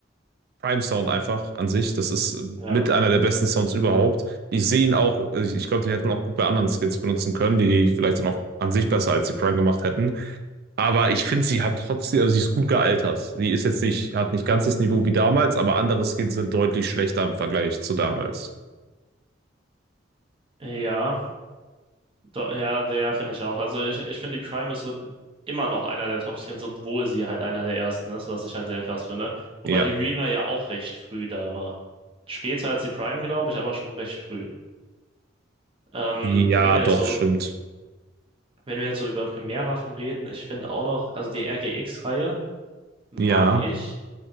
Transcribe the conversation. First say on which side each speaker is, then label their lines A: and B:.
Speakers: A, on the right; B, on the right.
A: Prime Sound einfach an sich. Das ist
B: Ja.
A: mit einer der besten Sounds überhaupt. Ich sehe ihn auch, also ich, ich glaube, den hätte man auch gut bei anderen Skins benutzen können, die, die vielleicht dann auch an sich besser als die Prime gemacht hätten. Aber ich finde, sie hat trotzdem, also sie ist gut gealtert. Sie ist jetzt nicht, hat nicht ganz das Niveau wie damals, aber andere Skins sind deutlich schlechter im Vergleich zu damals.
B: Ja, do, ja, der finde ich auch. Also ich, ich finde die Prime ist so immer noch einer der Top-Skins, obwohl sie halt einer der ersten ist, was ich halt sehr krass finde. Wobei
A: Ja.
B: die Reaver ja auch recht früh da war. Später als die Prime, glaube ich, aber schon recht früh. Ähm,
A: Ja,
B: wenn du
A: doch,
B: jetzt so
A: stimmt.
B: Wenn wir jetzt so über Primärwaffen reden, ich finde auch noch, also die RGX-Reihe mag
A: Ja.
B: ich,